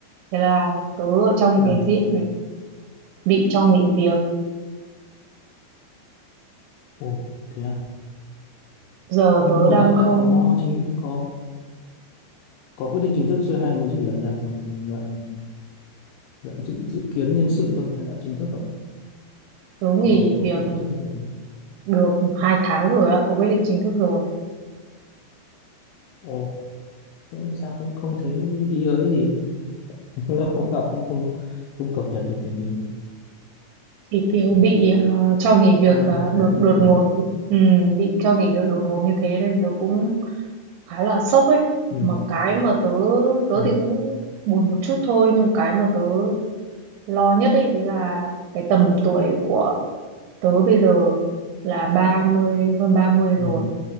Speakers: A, on the right; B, on the left.
A: Thế là tớ ở trong
B: ừ.
A: cái diện bị cho nghỉ việc.
B: ồ thế à
A: Giờ
B: nhưng,
A: tớ
B: nhưng mà
A: đang
B: đã đã
A: không...
B: có chính có có quyết định chính thức chưa hay mới chỉ là dạng dạng dạng dự dự kiến nhân sự thôi hay đã chính thức rồi
A: Tớ nghỉ
B: có có
A: việc
B: quyết định chính thức rồi không?
A: được 2 tháng rồi ạ. Có quyết định chính thức rồi.
B: ồ thế mà sao không không thấy ý ới gì <laughs> lâu không gặp cũng không không cập nhật được tình hình
A: Thì kiểu
B: ừ.
A: bị ờ, cho nghỉ việc
B: hai
A: ờ,
B: hai
A: đột
B: tháng rồi
A: đột
B: cơ à?
A: ngột. Ừ, bị cho nghỉ việc đột ngột như thế nên tớ cũng khá là sốc ấy.
B: ừ.
A: Mà cái mà tớ... Tớ
B: Ừ.
A: thì cũng buồn một chút thôi. Nhưng cái mà tớ lo nhất ấy đấy là cái tầm tuổi của tớ bây giờ là 30 hơn 30 rồi
B: Ừ.